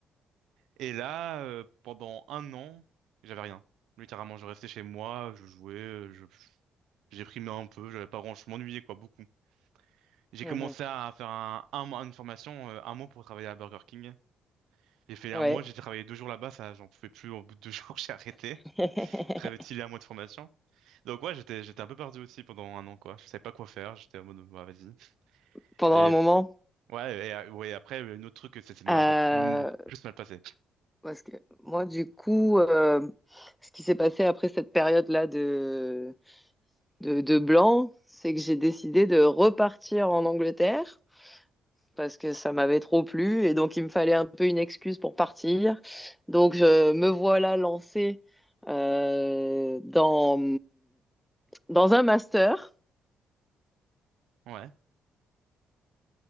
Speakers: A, on the right (about 80°); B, in the centre.
A: Et là, euh, pendant un an, j'avais rien. Littéralement, je restais chez moi, je jouais, euh, je, J'ai primé un peu, j'avais pas grand, je m'ennuyais quoi, beaucoup. J'ai
B: Mhm.
A: commencé à faire un, un mois, une formation, euh, un mois pour travailler à Burger King. J'ai fait
B: Ouais.
A: un mois, j'ai travaillé deux jours là-bas, ça, j'en pouvais plus. Au bout de deux <laughs> jours, j'ai arrêté.
B: <laughs>
A: Très vite, il y a un mois de formation. Donc ouais, j'étais, j'étais un peu perdu aussi pendant un an quoi. Je savais pas quoi faire, j'étais en mode bah, vas-y.
B: Pendant
A: Et
B: un moment.
A: ouais, et, euh, ouais, après euh, un autre truc, ça ça m'avait
B: Euh,
A: encore mm, plus mal passé.
B: parce que moi, du coup, euh, ce qui s'est passé après cette période-là de, de, de blanc, c'est que j'ai décidé de repartir en Angleterre parce que ça m'avait trop plu et donc il me fallait un peu une excuse pour partir. Donc je me voilà lancée euh, dans, dans un master
A: Ouais.